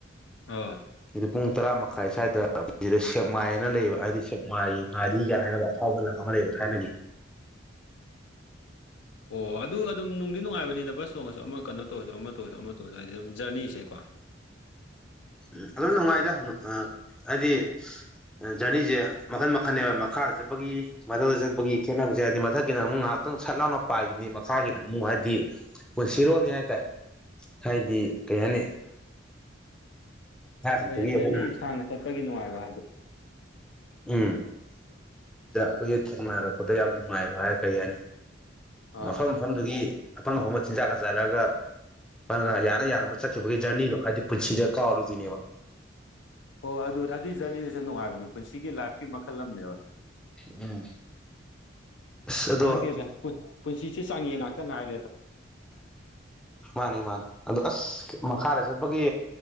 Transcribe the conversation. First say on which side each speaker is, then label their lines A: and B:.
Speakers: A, on the left; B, in the centre.
A: ꯑꯥ
B: ꯑꯗꯨꯗꯤ ꯄꯨꯡ ꯇꯔꯥꯃ ꯈꯥꯏ ꯁ꯭ꯋꯥꯏꯗ ꯁꯤꯗ ꯁꯦꯛꯃꯥꯏꯅ ꯂꯩꯕ ꯍꯥꯏꯗꯤ ꯁꯦꯛꯃꯥꯏ ꯉꯥꯔꯤꯒꯅ ꯍꯥꯏꯅꯕ ꯑꯐꯥꯎꯕ ꯂꯝ ꯑꯃ ꯂꯩꯕ ꯊꯥꯏꯅ
A: ꯑꯣ ꯑꯗꯨ ꯑꯗꯨꯝ ꯅꯨꯡꯗꯤ ꯅꯨꯡꯉꯥꯏꯕꯅꯤꯅ ꯕꯁ ꯇꯣꯡꯉꯁꯨ ꯑꯃ ꯀꯟꯅꯣ ꯇꯧꯔꯁꯨ ꯑꯃ ꯇꯧꯔꯁꯨ ꯑꯃ ꯇꯧꯔꯁꯨ ꯍꯥꯏꯗꯤ ꯑꯗꯨꯝ ꯖꯔꯅꯤꯁꯦꯀꯣ
B: ꯎꯝ ꯑꯗꯨꯝ ꯅꯨꯡꯉꯥꯏꯖꯦ ꯑꯗꯨꯗꯤ ꯖꯔꯅꯤꯁꯦ ꯃꯈꯟ ꯃꯈꯜꯕ ꯃꯈꯥꯗ ꯆꯠꯄꯒꯤ ꯃꯊꯗ ꯆꯠꯄꯒꯤ ꯈꯦꯠꯅꯕꯁꯦ ꯍꯥꯏꯗꯤ ꯃꯊꯛꯀꯤꯅ ꯑꯃꯨꯛ ꯉꯥꯏꯍꯥꯛꯇꯪ ꯁꯠ ꯂꯥꯎꯅ ꯄꯥꯏꯈꯤꯕꯅꯤ ꯃꯈꯥꯒꯤꯅ ꯑꯃꯨꯛ ꯍꯥꯏꯕꯗꯤ ꯄ
A: ꯍꯣꯏ
B: ꯁꯤꯔꯣꯅꯤ
A: ꯍꯣꯏ
B: ꯌꯥꯥꯏ ꯇꯥꯏ ꯍꯥꯏꯗꯤ ꯀꯩ ꯍꯥꯏꯅꯤ ꯃꯈꯥ ꯆꯠꯄꯒꯤ
A: ꯍꯣꯏ
B: ꯑꯩꯈꯣꯏꯅ
A: ꯖꯔꯅꯤ ꯁꯥꯡꯅ ꯆꯠꯄꯒꯤ ꯅꯨꯡꯉꯥꯏꯕ ꯍꯥꯏꯗꯣ
B: ꯎꯝ
A: ꯎꯝ
B: ꯁꯤꯗ ꯑꯩꯈꯣꯏꯒꯤ ꯊꯦꯡꯅꯔꯛꯄꯗ ꯌꯥꯝ ꯅꯨꯡꯉꯥꯏꯕ ꯍꯥꯏ ꯀꯔꯤ ꯍꯥꯏꯅꯤ
A: ꯑꯥ
B: ꯃꯐꯝ ꯃꯐꯝꯗꯨꯒꯤ ꯑꯐꯪ ꯑꯐꯣꯡꯕ ꯆꯤꯟꯖꯥꯛꯒ ꯆꯥꯔꯒ ꯑꯪ ꯌꯥꯅ ꯌꯥꯅꯕ ꯆꯠꯈꯤꯕꯒꯤ ꯖꯔꯅꯤꯗꯣ ꯍꯥꯏꯕꯗꯤ ꯄꯨꯟꯁꯤꯗ ꯀꯥꯎꯔꯨꯗꯣꯏꯅꯦꯕ
A: ꯍꯣ ꯑꯗꯨ ꯑꯗꯨꯏ ꯖꯔꯅꯤꯗꯁꯨ ꯅꯨꯡꯉꯥꯏꯕꯅꯤ ꯄꯨꯟꯁꯤꯒꯤ ꯂꯥꯏꯐꯀꯤ ꯃꯈꯜ ꯑꯃꯅꯦꯕ
B: ꯎꯝ ꯑꯁ ꯑꯗꯣ
A: ꯈꯪꯒꯤꯗꯣꯏ ꯄꯨꯟꯁꯤꯁꯦ ꯆꯥꯡꯌꯦ ꯉꯥꯛꯇ ꯉꯥꯏꯔꯦꯗ
B: ꯃꯥꯅꯤ ꯃꯥꯅꯤ ꯑꯗꯨ ꯑꯁ ꯃꯈꯥꯗ ꯆꯠꯄꯒꯤ